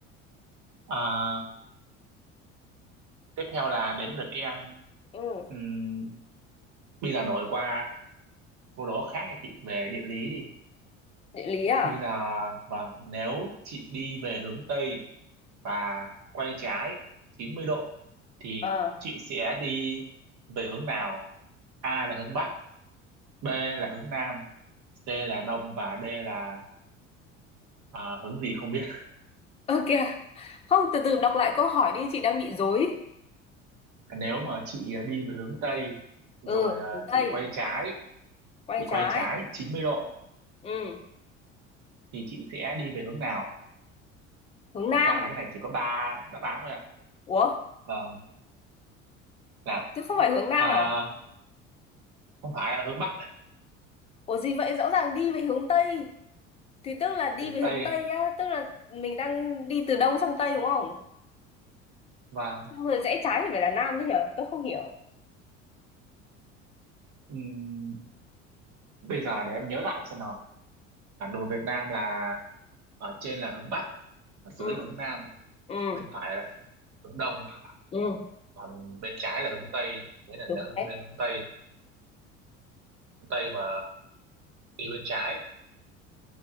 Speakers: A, on the right; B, on the left.
A: à, tiếp theo là đến lượt em
B: Ừ.
A: Ừm, bây giờ đổi qua câu đố khác nha chị về địa lý đi
B: Địa lý à?
A: Bây giờ vâng, nếu chị đi về hướng Tây và quay trái 90 độ thì
B: Ờ.
A: chị sẽ đi về hướng nào? A là hướng Bắc, B là hướng Nam, C là Đông và D là à, hướng gì không biết.
B: Ơ kìa. Không, từ từ đọc lại câu hỏi đi, chị đang bị rối.
A: <laughs> Nếu mà chị à, đi về hướng Tây rồi
B: Ừ,
A: à,
B: hướng Tây,
A: chị quay trái,
B: quay
A: chị quay
B: trái.
A: trái 90 độ
B: Ừ,
A: thì chị sẽ đi về hướng nào?
B: hướng Nam.
A: Thật ra là cái này chỉ có ba đáp án thôi ạ.
B: Ủa,
A: Vâng, là
B: chứ không phải hướng Nam
A: à,
B: à?
A: không phải là hướng Bắc,
B: Ủa gì vậy? Rõ ràng đi về hướng Tây. Thì tức là đi
A: hướng
B: về
A: Tây.
B: hướng Tây nhá. Tức là mình đang đi từ Đông sang Tây đúng không?
A: và
B: Xong Rồi rẽ trái thì phải là Nam chứ nhở? Tôi không hiểu.
A: Ừm, bây giờ để em nhớ lại xem nào bản đồ Việt Nam là ở trên là hướng Bắc ở dưới
B: Ừ,
A: là hướng Nam
B: ừ,
A: bên phải là hướng Đông
B: ừ,
A: còn bên trái là hướng Tây thế là
B: đúng
A: nở
B: đấy.
A: bên hướng Tây hướng Tây mà đi bên trái